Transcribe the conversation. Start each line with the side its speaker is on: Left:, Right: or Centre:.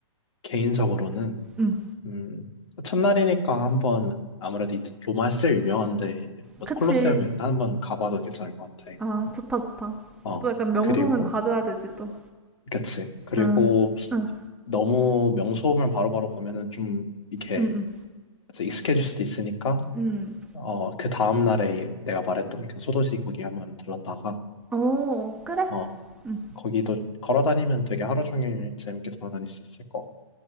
Left: 개인적으로는
Centre: 응,
Left: 음, 첫날이니까 한번 아무래도 이- 로마서 유명한데 뭐
Centre: 그치.
Left: 콜로세움 이런 데 한번 가봐도 괜찮을 것 같아.
Centre: 아, 좋다, 좋다.
Left: 어
Centre: 또 약간 명소는
Left: 그리고
Centre: 가져야 되지, 또.
Left: 그치 그리고
Centre: 응, 응,
Left: 너무 명소만 바로바로 가면은 좀 이렇게
Centre: 응, 응.
Left: 그래서 익숙해질 수도 있으니까
Centre: 응.
Left: 어그 다음 날에 내가 말했던 그 소도시 거기 한번 들렀다가
Centre: 오, 그래.
Left: 어
Centre: 응.
Left: 거기도 걸어 다니면 되게 하루 종일 재밌게 돌아다닐 수 있을 것 같아.